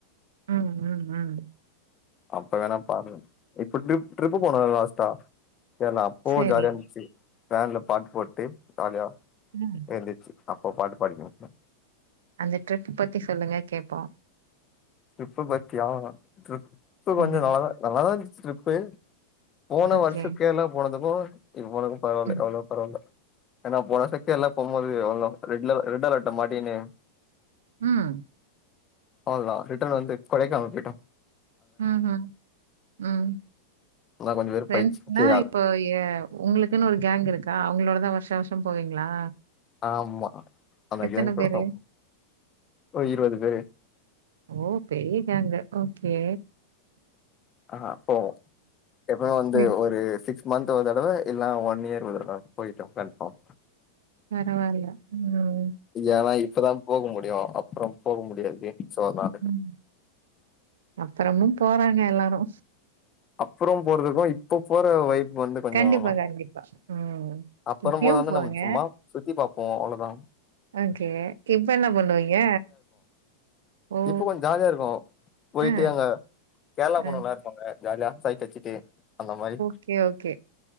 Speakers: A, on the right (about 60°); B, on the left (about 25°).
A: ம் ம் ம்
B: அப்ப வேணா பாருங்க இப்ப டிப் ட்ரிப் போன லாஸ்டா கேர்ளா அப்போ
A: சரி
B: ஜாலியா இருந்துச்சு வேன்ல பாட்டு போட்டு ஜாலியா
A: ம்
B: எந்திச்சு அப்போ பாட்டு பாடிக்கினு
A: அந்த ட்ரிப் பத்தி சொல்லுங்க கேப்போ
B: ட்ரிப்பு பத்தியா ட்ரிப் ட்ரிப்பு கொஞ்ச
A: ம்
B: நல்லா தா இருந்துச்சு ட்ரிப்பு போன
A: ஓகே
B: வருஷ கேரளா போனதுக்கு இப் போனது பரவால
A: ம்
B: எவ்ளோ பரவால ஏன்னா போன வர்ச கேர்ளா போம்போது எவ்ளோ ரெட்ல ரெட் அலட்ல மாட்டீனு
A: ம்
B: அவ்லா ரிட்டன் வந்து கொடைக்கானல் போய்ட்டோ
A: ம் ஹும் ம்
B: அதா கொஞ்ச வெறுப்பாயிடுச்சு
A: ஃப்ரண்ட்ஸ்னா
B: சேர்
A: இப்போ ஏ உங்களுக்குன்னு ஒரு கேங் இருக்கா அவங்களோடதா வருஷா வருஷ போவீங்களா
B: ஆமா அந்த
A: எத்தன
B: கேங் கூட
A: பேரு
B: தா ஒரு இரவது பேரு
A: ஓ பெரிய கேங்கு ஓகே
B: ஆ போ எப்பமே வந்து
A: சரி
B: ஒரு சிக்ஸ் மந்த் ஒரு தடவ இல்ல ஒன் இயர் ஒரு தடவ போய்ட்டோ கன்ஃபார்ம்
A: பரவால்ல ம்
B: ஏன்னா இப்பதா போக முடியு அப்புறோ போக முடியாது சோ அதா
A: ம் அப்புறமு போறாங்க எல்லாரு
B: அப்புறோ போறதுக்கு இப்ப போற வைப் வந்து <unintelligible>
A: கண்டிப்பா கண்டிப்பா ம்
B: அப்புறோ
A: இப்பயு
B: போறதந்த
A: போங்க
B: நம் சும்மா சுத்தி பாப்போ அவ்ளதா
A: ஓகே இப்ப என்ன பண்ணுவீங்க ஓ
B: இப்போ கொஞ்ச ஜாலியா இருக்கு போய்ட்டு
A: ஆ
B: அங்க கேரளா பொண்ணுங்கல்லா
A: ஆ
B: இரு பாங்க ஜாலியா சைட் அச்சிட்டு அந்த மாரி
A: ஓகே ஓகே